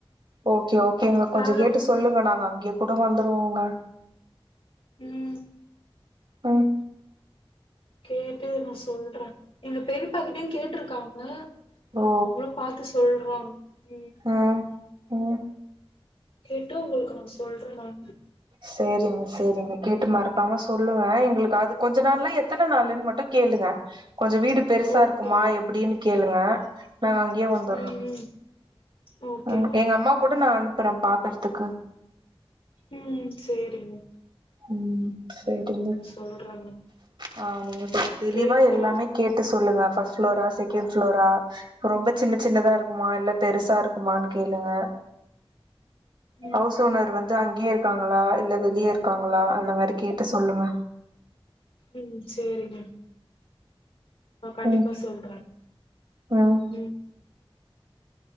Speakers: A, on the right; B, on the left.
A: ஓகே ஓகேங்க கொஞ்ச
B: வேற
A: கேட்டு
B: ஒன்னு
A: சொல்லுங்க நாங்க அங்கயே கூட வந்துருவோங்க
B: ம்
A: ம்
B: கேட்டு நா சொல்ற எங்க பெரியப்பா கிட்டயு கேட்ருக்காங்க
A: ஓ
B: அவுங்க பாத்து சொல்றோ ம்
A: ஆ ம்
B: கேட்டு உங்களுக்கு நா சொல்ற நானு
A: செரிங்க செரிங்க கேட்டு மறக்காம சொல்லுங்க எங்களுக்கு அது கொஞ்ச நாள்ல்லா எத்தன நாள்ன் மட்டு கேளுங்க கொஞ்ச வீடு பெருசா
B: ஓகே
A: இருக்குமா எப்டின் கேளுங்க நாங்க அங்கேயே வந்துறோ
B: ம் ம் ஓகேங்க
A: ஆ எங்க அம்மா கூட நா அனுப்புறே பாக்கறதுக்கு
B: ம் சேரிங்க
A: ம் சேரிங்க
B: நா சொல்றே மேம்
A: ஆ நீங்க கொஞ்சோ தெளிவா
B: கேட்டு
A: எல்லாமே கேட் டு சொல்லுங்க ஃபஸ் ஃப்ளோரா செகண் ஃப்ளோரா ரொம்ப சின்ன சின்னதா இருக்குமா இல்ல பெருசா இருக்குமான் கேளுங்க
B: ம்
A: ஹவுஸ் ஓனர் வந்து அங்கேயே இருக்காங்களா இல்ல வெளியே இருக்காங்களா அந்த மாரி கேட்டு சொல்லுங்க
B: ம் சேரிங்க ஆ கண்டிப்பா
A: ம்
B: சொல்ற
A: ம்
B: ம்